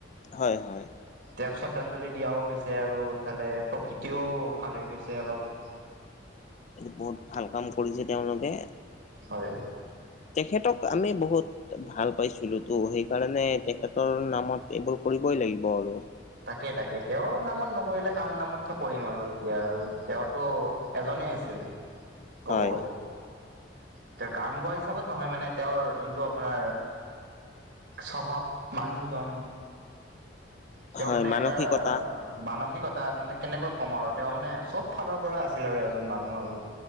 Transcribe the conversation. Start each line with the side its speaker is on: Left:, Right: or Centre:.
Left: হয়, হয়।
Right: তেওঁক, শ্ৰদ্ধাঞ্জলি দিয়াও হৈছে আৰু। ইফালে, প্ৰকৃতিও ভাল হৈ গৈছে অলপ।
Left: এইটো বহুত ভাল কাম কৰিছে, তেওঁলোকে।
Right: হয়!
Left: তেখেতক, আমি বহুত ভাল পাইছিলোঁ তো। সেইকাৰণে, তেখেতৰ নামত এইবোৰ কৰিবই লাগিব আৰু।
Right: তাকেই, তাকেই। তেওঁৰ নামত নকৰিলে, কাৰ নামত ত' কৰিম আৰু। এতিয়া আৰু তেওঁতো, এজনে আছিল।
Left: <inaudible> হয়
Right: ক'ব গ'লে। তেওঁ গান গোৱা হিচাপত নহয়, মানে। তেওঁৰ, যোনটো আপোনাৰ স্বভাৱ, মানুহজন। তেওঁ
Left: হয়
Right: মানে,
Left: মানসিকতা
Right: এটা মানসিকতা মান, কেনেকৈ কম আৰু! তেওঁ মানে, চব ফালৰ পৰা আছিল আৰু এজন মানুহ আৰু।